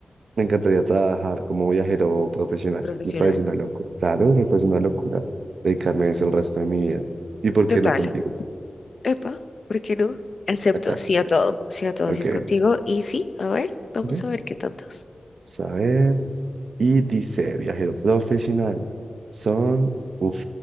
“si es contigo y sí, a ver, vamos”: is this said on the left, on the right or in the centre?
Left